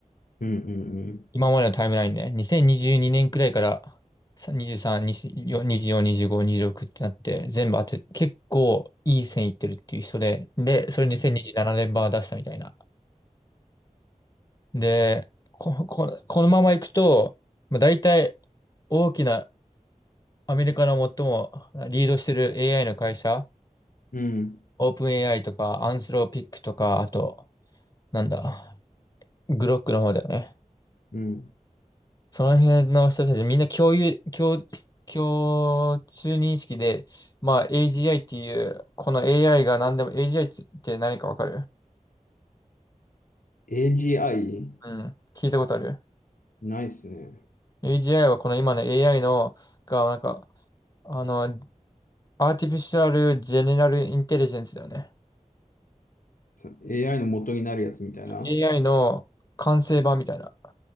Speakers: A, on the left; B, on the left.
A: うんうんうん。
B: 今までのタイムラインね、2022年くらいから、さ23、24、2 5 26ってなって、全部当て、結構いい線いってるっていう人で、で、それ2027年版出したみたいな。で、こ、こ、このままいくと、まあ、大体、大きなアメリカの最もリードしてる AI の会社、
A: うん
B: オープン AI とか、アンスローピックとか、あと、なんだ、グロックの方だよね。
A: うん。
B: その辺の人たちみんな共有、共、共通認識で、まあ AGI っていう、この AI が何でも、AGI って何かわかる
A: AGI?
B: うん、聞いたことある。
A: ないっすね。
B: AGI はこの今の AI の、が、なんか、あの、アーティフィシャルジェネラルインテリジェンスだよね。
A: さ AI の元になるやつみたいな。
B: AI の完成版みたいな。